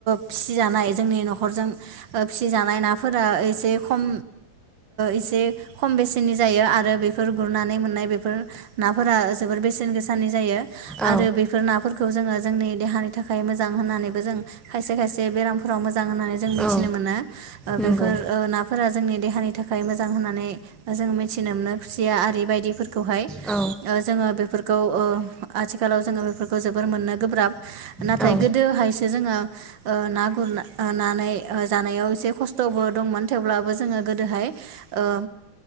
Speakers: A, on the right; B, in the centre.
A: फिसिजानाय जोंनि नखरजों फिसिजानाय नाफोरा एसे खम एसे खम बेसेनि जायो आरो आरो बेफोर गुरनानै मोननाय बेफोर नाफोरा जोबोर बेसेन गोसनि जायो।
B: औ
A: आरो बेफोर नाफोरखौ जोङो जोंनि देहानि थाखाय मोजां होन्नानैबो जों खायसे खायसे बेरामफोराव मोजां। जां होननानै जों मिथिनो
B: औ
A: मोनो, ओ बे
B: नंगौ
A: नाफोरा जोंनि देहानि नि थाखाय मोजां होननानै जों मिथिनो मोनो खुसिया आरि बायदिफोरखौ खौहाय
B: औ
A: जोङो बेफोर खौ आथिखालाव जोङो बेफोरखौ जोबोर मोननो गोब्राब नाथाय
B: औ
A: गोदोहायसो जोङो ना गुरना ननानै जानायाव एसे खस्थ'बो दंमोन थेवब्लाबो जोङो गोदोहाय ओ